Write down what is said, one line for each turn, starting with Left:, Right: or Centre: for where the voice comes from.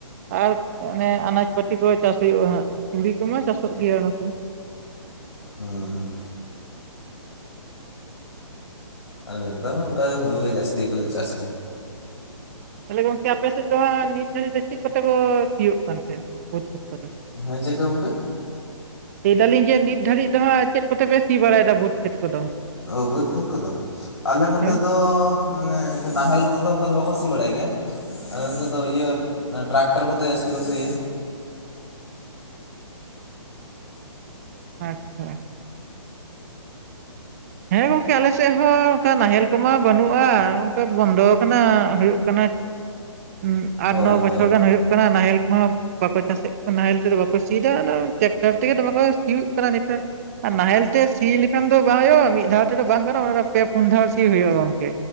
Right: ᱟᱨ ᱚᱱᱮ ᱟᱱᱟᱡᱽ ᱯᱟᱹᱛᱤ ᱠᱚ ᱪᱟᱥ ᱦᱩᱭᱩᱜᱼᱟ, ᱦᱟᱸᱜ ᱛᱩᱲᱤ ᱠᱚᱢᱟ ᱪᱟᱥᱚᱜ ᱜᱮᱭᱟ᱾ ᱠᱚ
Left: ᱦᱟᱸᱻ᱾ ᱟᱞᱮ ᱱᱳᱛᱮ ᱦᱚᱸ ᱚᱱᱠᱟ ᱜᱮ ᱦᱩᱲᱩ ᱜᱮ ᱡᱟᱹᱥᱛᱤ ᱠᱚ ᱪᱟᱥ ᱠᱚ᱾
Right: ᱛᱟᱞᱦᱮ ᱜᱚᱝᱠᱮ ᱟᱯᱮ ᱥᱮᱫ ᱫᱚ ᱦᱟᱸᱜ ᱱᱤᱛ ᱫᱷᱟᱹᱵᱤᱡ ᱫᱚ, ᱪᱮᱫ ᱠᱚᱛᱮ ᱠᱚ ᱥᱤᱭᱳᱜ ᱠᱟᱱᱛᱮ ᱵᱟᱹᱫᱽ ᱠᱷᱮᱛ ᱠᱚᱫᱚ?
Left: ᱦᱮᱸ ᱪᱮᱫᱠᱟ ᱜᱚᱝᱠᱮ?
Right: ᱞᱟᱹᱭ ᱫᱟᱞᱤᱧ ᱡᱮ ᱱᱤᱛ ᱫᱷᱟᱨᱤᱡ ᱫᱚ ᱦᱟᱸᱜ ᱪᱮᱫ ᱠᱚᱛᱮᱯᱮ ᱥᱤ ᱵᱟᱲᱟᱭᱫᱟ ᱵᱟᱹᱫᱽ ᱠᱷᱮᱛ ᱠᱚᱫᱚ?
Left: ᱚ ᱵᱟᱹᱫᱽ ᱠᱷᱮᱛ ᱠᱚᱫᱚ? ᱟᱞᱮ ᱱᱚᱛᱮ
Right: ᱦᱳᱭ
Left: ᱫᱚ ᱢᱟᱱᱮ ᱱᱟᱦᱮᱞ ᱠᱚᱛᱮ ᱫᱚ ᱚᱱᱠᱟ ᱫᱚ ᱵᱟᱠᱚ ᱥᱤ ᱵᱟᱲᱟᱭ ᱜᱮᱭᱟ? ᱟᱫᱚ ᱱᱤᱛᱳᱜ ᱫᱚ ᱤᱭᱟᱹ ᱴᱨᱟᱠᱴᱚᱨ ᱠᱚᱛᱮ ᱡᱟᱹᱥᱛᱤ ᱠᱚ ᱥᱤᱭᱟ ᱾
Right: ᱟᱪᱪᱷᱟ ᱦᱮᱸ ᱜᱚᱝᱠᱮ ᱟᱞᱮᱥᱮᱫ ᱦᱚᱸ ᱚᱱᱠᱟ ᱱᱟᱦᱮᱞ ᱠᱚᱢᱟ ᱵᱟᱹᱱᱩᱜᱼᱟ᱾ ᱚᱱᱠᱟ ᱵᱚᱱᱫᱚ ᱟᱠᱟᱱᱟ ᱦᱩᱭᱩᱜ ᱠᱟᱱᱟ᱾ ᱩᱸ ᱟᱴ,
Left: ᱦᱳᱭ
Right: ᱱᱚ ᱵᱚᱪᱷᱚᱨ
Left: ᱦᱳᱭ ᱦᱳᱭ
Right: ᱜᱟᱱ ᱦᱩᱭᱩᱜ ᱠᱟᱱᱟ ᱱᱟᱦᱮᱞ ᱠᱚᱦᱚᱸ ᱵᱟᱠᱚ ᱪᱟᱥᱮᱫ ᱠᱟᱱᱟ ᱱᱟᱦᱮᱞ ᱛᱮᱫᱚ ᱵᱟᱠᱚ ᱥᱤᱭᱫᱟ ᱴᱨᱟᱠᱴᱟᱨ ᱛᱮᱜᱮ ᱵᱟ ᱥᱤᱭᱳᱜ ᱠᱟᱱᱟ ᱱᱮᱛᱟᱨ ᱟᱨ ᱱᱟᱦᱮᱞ ᱛᱮ ᱥᱤ ᱞᱮᱠᱷᱟᱱ ᱫᱚ ᱵᱟᱝ ᱦᱩᱭᱩᱜᱼᱟ᱾ ᱢᱤᱫ ᱫᱷᱟᱣ ᱛᱮ ᱫᱚ ᱵᱟᱝ ᱜᱟᱱᱚᱜ ᱚᱱᱟ ᱯᱮ, ᱯᱩᱱ ᱫᱷᱟᱣ ᱥᱤ ᱦᱩᱭᱩᱜᱼᱟ ᱜᱚᱝᱠᱮ᱾